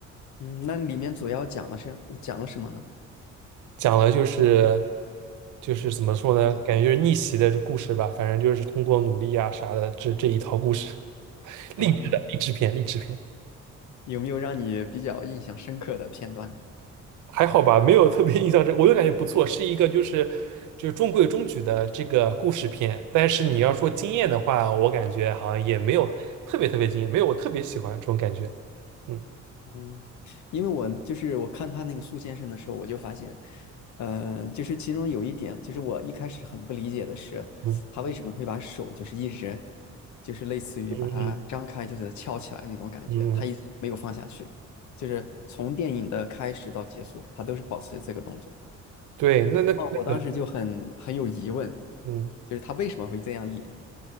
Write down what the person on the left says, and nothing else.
嗯，那里面主要讲了是讲了什么呢？
姐
啊，
有没有让你比较印象深刻的片段呢？
嗯，因为我就是我看他那个树先生的时候，我就发现，呃，就是其中有一点，就是我一开始很不理解的是，
他为什么会把手就是一直，就是类似于把它张开，
就是翘起来那种感觉，
他一直没有放下去，
就是从电影的开始到结束，他都是保持这个动作。
哦，我当时就很很有疑问，
就是他为什么会这样演，